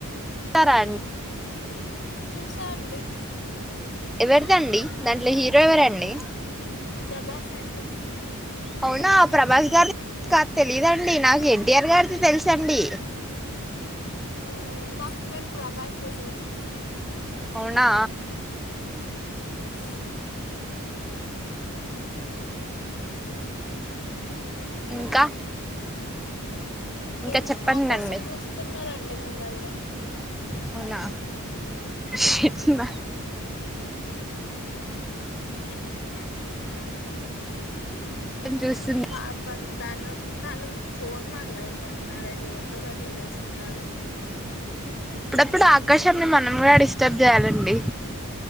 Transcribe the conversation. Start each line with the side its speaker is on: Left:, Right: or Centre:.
Centre: సరా అన్
Left: చూసా అండి
Centre: ఎవరిదండి దాంట్లో హీరో ఎవరండి?
Left: ప్రభాస్ అండి
Centre: అవునా ప్రభాస్ గారి కా తెలిదండి నాకు ఎన్టీఆర్ గారిది తెలుసండి.
Left: ఆ మాకు మేం ప్రభాస్ దే చూసాం
Centre: అవునా
Left: యస్
Centre: ఇంకా ఇంకా
Left: ఏం
Centre: చెప్పండి
Left: ఆకాశం
Centre: అండి
Left: చూస్తున్నారండి మిమ్మల్ని.
Centre: అవునా షీట్న
Left: <inaudible>
Centre: ఏం చూసున్న
Left: పాపం తను తను ఫోన్ మాట్లాడుకుంటున్నారండి ఎందుకట్లా చేస్తున్నారు?
Centre: ఇప్పుడాకాశంన్ని మనం గూడ డిస్టర్బ్ చేయాలండి